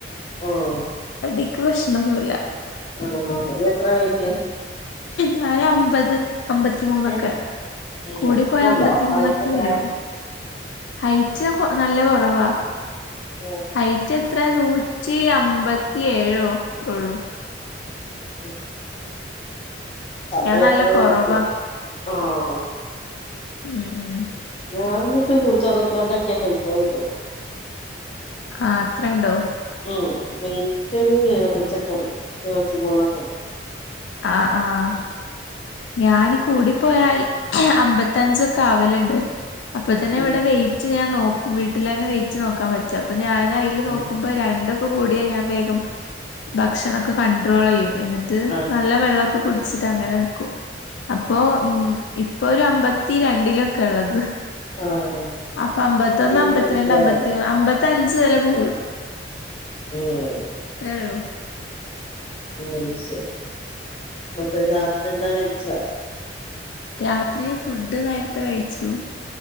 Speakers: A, on the left (about 35°); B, on the left (about 80°).
A: ഓഹ്
B: ഇക്ക് പ്രശ്നൊന്നുല്ല.
A: ആഹ് ആഹ് ഇയ്യെത്ര വൈറ്റ്?
B: ഞാനമ്പത്, അമ്പത്തിമൂന്നൊക്കെ.
A: ഏഹ് ഏഹ്
B: കൂടി
A: അത്രേയുള്ളോ
B: പോയ അമ്പത്തിമൂന്നൊക്കെ
A: ഹൈറ്റ് എത്ര
B: വരൊള്ളു. ഹൈറ്റ് നല്ല കൊറവാ.
A: ഉം
B: ഹൈറ്റ് എത്ര നൂറ്റി അമ്പത്തിയേഴോ അത്രള്ളു.
A: ഉം അപ്പൊ
B: ഞാൻ
A: ഇയ്യത്ര
B: നല്ല കൊറവാ
A: വെയിറ്റ് മതി. ആഹ്
B: ഉം ഉം
A: ഞാനാനൂച്ചാ നൂറ്ററുവത്രണ്ടക്കെ ഹെയിറ്റോ വരൊള്ളു
B: ആഹ് അത്രണ്ടോ
A: ഉം വെയിറ്റ് ഒരു എഴുവത്തഞ്ചൊക്കെണ്ട് എഴുവത്തി മൂന്നൊക്കെണ്ട്
B: ആഹ് ആഹ് ഞാന് കൂടി പോയാൽ അമ്പത്തഞ്ചക്കാവലുണ്ട് അപ്പൊ തന്നെ
A: ഉം
B: ഇവിടെ വെയിറ്റ് ഞാൻ നോക്കും വീട്ടിലെന്നെ വെയിറ്റ് നോക്കാൻ പറ്റും അപ്പൊ ഞാൻ അയില് നോക്കുമ്പോ
A: ആഹ്
B: രണ്ടും പ്പ് കൂടിയ ഞാൻ വേഗം ഭക്ഷണൊക്കെ കണ്ട്രോളിയ്യും എന്നിട്ട്
A: ആഹ്
B: നല്ല വെള്ളൊക്കെ കുടിച്ചിട്ടങ്ങനെ നിക്കും അപ്പോ ഉം ഇപ്പൊ ഒരു അമ്പത്തി രണ്ടിലൊക്കെള്ളത്
A: ആഹ് ആഹ്
B: അപ്പൊ അമ്പത്തൊന്ന്
A: മെയിന്റെയിൻ
B: അമ്പത്തിരണ്ട്
A: ചെയ്ത് പോയാണ്
B: അമ്പത്തി അമ്പത്തി അഞ്ച് വരെ പോകൊള്ളു.
A: ഉം
B: ത്രേള്ളൂ
A: അയ്ശരി ന്നട്ട് രാത്രി എന്താ കഴിച്ചോ
B: രാത്രി ഫുഡ് നേരത്തെ കഴിച്ചു.